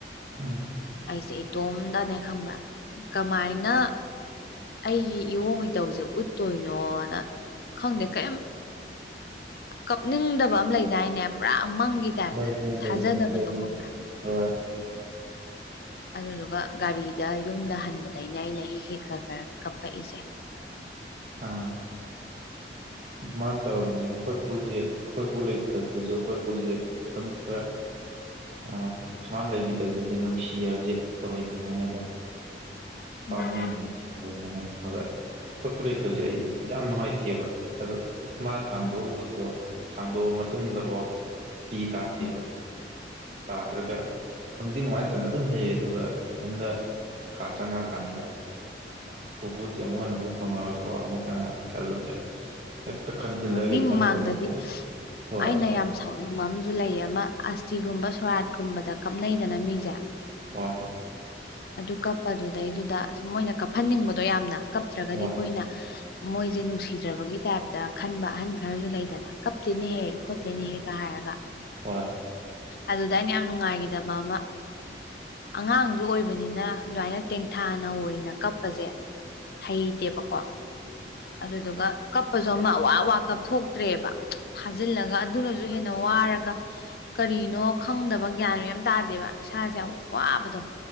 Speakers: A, on the right; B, on the left.
A: ꯎꯝ
B: ꯑꯩꯁꯦ ꯏꯇꯣꯝꯇꯅꯦ ꯈꯪꯕ꯭ꯔꯥ ꯀꯃꯥꯏꯅ ꯑꯩꯒꯤ ꯏꯋꯣꯡ ꯏꯇꯧꯁꯦ ꯎꯠꯇꯣꯏꯅꯣꯅ ꯈꯪꯗꯦ ꯀꯩꯝ ꯀꯞꯅꯤꯡꯗꯕ ꯑꯃ ꯂꯩꯗꯥꯏꯅꯦ ꯄꯨꯔꯥ ꯃꯪꯒꯤ ꯇꯥꯏꯞꯇ
A: <unintelligible>
B: ꯊꯥꯖꯗꯕꯗꯣ ꯈꯪꯕ꯭ꯔꯥ ꯑꯗꯨꯗꯨꯒ ꯒꯥꯔꯤꯗ ꯌꯨꯝꯗ ꯍꯟꯕꯗꯩꯅꯦ ꯑꯩꯅ ꯍꯤ ꯍꯤꯛ ꯈꯔ ꯈꯔ ꯀꯞꯄꯛꯏꯁꯦ
A: ꯑꯥ ꯑꯗꯨ ꯃꯥꯅ ꯇꯧꯔꯤꯅꯦ ꯑꯩꯈꯣꯏ ꯄꯨꯁꯦ ꯑꯩꯈꯣꯏ ꯄꯨ ꯂꯩꯇꯕꯗꯨꯁꯨ ꯑꯩꯈꯣꯏ ꯄꯨꯁꯦ ꯇꯨꯝ ꯈꯔ ꯑ ꯁꯨꯃꯥꯟꯅ ꯂꯩꯈꯤꯗꯕꯗꯨꯗꯤ ꯅꯨꯡꯁꯤ ꯍꯥꯏꯕꯁꯤ ꯇꯧꯍꯩꯗꯦ ꯍꯥꯏꯅꯕ ꯄꯥꯝꯃꯨꯏ
B: ꯎꯝ
A: ꯍꯥꯏꯅꯤ <unintelligible> ꯄꯨ ꯂꯩꯇꯕꯁꯦ ꯑꯩ ꯌꯥꯝ ꯅꯨꯡꯉꯥꯏꯇꯦꯕ ꯑꯗꯣ ꯃꯥ ꯊꯥꯡꯗꯣꯛꯎꯕꯗꯣ
B: ꯎꯝ
A: ꯊꯥꯡꯗꯣꯛꯑ ꯃꯇꯨꯡꯗꯐꯥꯎ ꯄꯤ ꯇꯥꯗꯦꯕ
B: ꯎꯝ
A: ꯇꯥꯗ꯭ꯔꯒ ꯅꯨꯡꯗꯤ ꯅꯨꯡꯉꯥꯏꯇꯅ ꯑꯗꯨꯝ ꯂꯩꯌꯦ ꯑꯗꯨꯒ ꯏꯊꯟꯗ ꯀꯥ ꯆꯪꯉ ꯀꯥꯟꯗ ꯑꯁ ꯄꯨꯄꯨꯁꯦ ꯑꯃꯨꯛ ꯍꯟꯅ ꯎ ꯐꯪ ꯐꯪꯉꯔꯣꯏꯀꯣ ꯑꯃꯨꯛ <unintelligible> ꯍꯦꯛꯇ ꯈꯟꯖꯟꯂꯒ
B: ꯍꯣꯏ ꯃꯤ
A: ꯏꯊꯟꯇ
B: ꯃꯃꯥꯡꯗꯗꯤ
A: ꯑꯃꯨꯛ ꯍꯣꯏ
B: ꯑꯩꯅ <unintelligible> ꯑꯃꯁꯨ ꯂꯩꯌꯦ ꯑꯃ ꯑꯁꯇꯤꯒꯨꯝꯕ ꯁꯣꯔꯥꯠꯀꯨꯝꯕꯗ ꯀꯞꯅꯩꯗꯅ ꯃꯤꯁꯦ
A: ꯍꯣꯏ
B: ꯑꯗꯨ ꯀꯞꯄꯗꯨꯗꯩꯗꯨꯗ ꯁꯨꯝ ꯃꯣꯏꯅ ꯀꯞꯍꯟꯅꯤꯡꯕꯗꯣ ꯌꯥꯝꯅ ꯀꯞꯇ꯭ꯔꯒꯗꯤ
A: ꯍꯣꯏ
B: ꯑꯩꯈꯣꯏꯅ ꯃꯣꯏꯁꯦ ꯅꯨꯡꯁꯤꯗ꯭ꯔꯕꯒꯤ ꯇꯥꯏꯞꯇ ꯈꯟꯕ ꯑꯍꯟ ꯈꯔꯁꯨ ꯂꯩꯗꯅ ꯀꯞꯇꯦꯅꯍꯦ ꯈꯣꯠꯇꯦꯅꯤ ꯍꯦꯒ ꯍꯥꯏꯔꯒ
A: ꯍꯣꯏ
B: ꯑꯗꯨꯗ ꯑꯩꯅ ꯌꯥꯝ ꯅꯨꯡꯉꯥꯏꯈꯤꯗꯕ ꯑꯃ ꯑꯉꯥꯡꯁꯨ ꯑꯣꯏꯕ ꯕꯅꯤꯅ ꯑꯗꯨꯃꯥꯏꯅ ꯇꯦꯡꯊꯥ ꯅꯥꯑꯣꯏꯅ ꯀꯞꯄꯁꯦ ꯍꯩꯇꯦꯕꯀꯣ ꯑꯗꯨꯒ ꯀꯞꯄꯁꯨ ꯑꯃ ꯋꯥ ꯋꯥ ꯀꯞꯊꯣꯛꯇ꯭ꯔꯦꯕ ꯐꯖꯤꯜꯂꯉ ꯑꯗꯨꯅꯁꯨ ꯑꯗꯨꯨ ꯍꯦꯟꯅ ꯋꯥꯔꯒ ꯀꯔꯤꯅꯣ ꯈꯪꯗꯕ ꯒ꯭ꯌꯥꯟ ꯃ꯭ꯌꯥꯟ ꯑꯝ ꯇꯥꯗꯦꯕ ꯏꯁꯥꯁꯦ ꯌꯥꯝ ꯋꯥꯕꯗꯣ